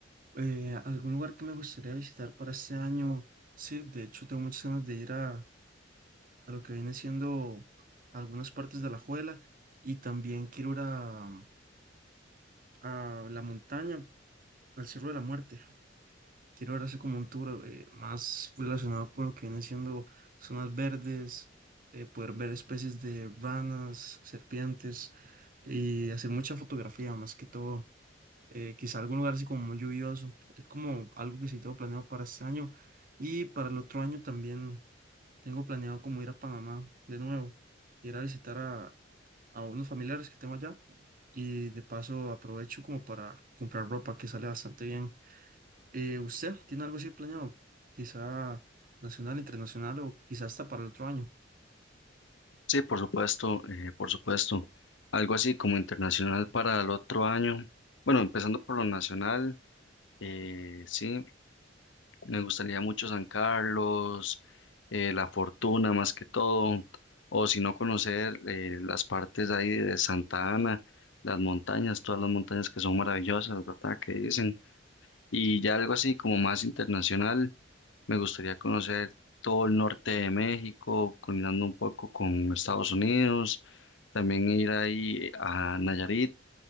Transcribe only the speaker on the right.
Eh, algún lugar que me gustaría visitar para este año, sí, de hecho tengo muchas ganas de ir a, a lo que viene siendo algunas partes de La Juela y también quiero ir a, a la montaña, al Cerro de la Muerte. Quiero ahora hacer como un tour eh, más relacionado con lo que vienen siendo zonas verdes, eh, poder ver especies de ranas, serpientes y hacer mucha fotografía más que todo. Eh, quizá algún lugar así como muy lluvioso. Es como algo que sí tengo planeado para este año. Y para el otro año también tengo planeado como ir a Panamá de nuevo, ir a visitar a, a unos familiares que tengo allá. Y de paso aprovecho como para comprar ropa que sale bastante bien. Eh, ¿usted tiene algo así planeado? Quizá nacional, internacional o quizá hasta para el otro año.